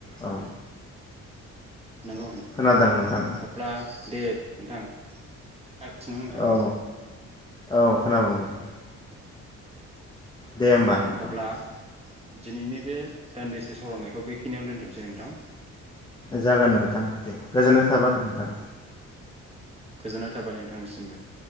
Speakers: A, on the left; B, on the right.
A: औ।
B: नंगौ नोंथां
A: खोनादों नोंथां
B: अब्ला दे नोंथां <unintelligible> नोंथां
A: औ औ खोनागौ नोंथां। दे होमबा नोंथां।
B: अब्ला दिनैनि बे दान्दिसे सरायनायखौ बेखिनियावनो दोन्थ'सै नोंथां।
A: जागोन नोंथां दे गोजोननाय थाबाय नोंथां।
B: गोजोननाय थाबाय नोंथांनिसिमबो। <unintelligible>